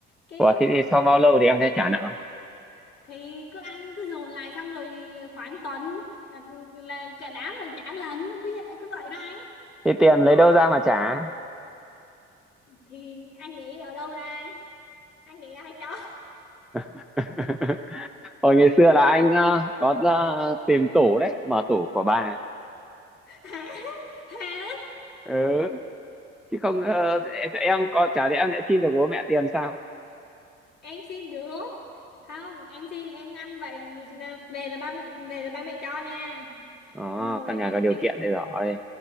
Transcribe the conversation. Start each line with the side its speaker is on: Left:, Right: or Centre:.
Left: cái
Centre: Ủa, thế thì sau bao lâu thì em sẽ trả nợ?
Left: thì cứ ăn cứ dồn lại xong rồi khoảng tuần là là cả đám là trả lần cứ vậy- cứ vậy đó anh
Centre: Thế tiền
Left: ờ
Centre: lấy đâu ra mà trả?
Left: thì anh nghĩ ở đâu ra anh anh nghĩ ai cho
Centre: <laughs> Hồi ngày xưa là anh ờ, có ờ, tìm tủ đấy, mở tủ của bà.
Left: <laughs> hả hả
Centre: Ừ. chứ không ờ, em có chả lẽ em lại xin được bố mẹ tiền sao
Left: em xin được không em xin em ăn vậy là về là ba mẹ về là ba mẹ cho nha
Centre: ờ
Left: Nhưng mà hồi
Centre: căn
Left: đấy
Centre: nhà có điều
Left: anh
Centre: kiện đây rồi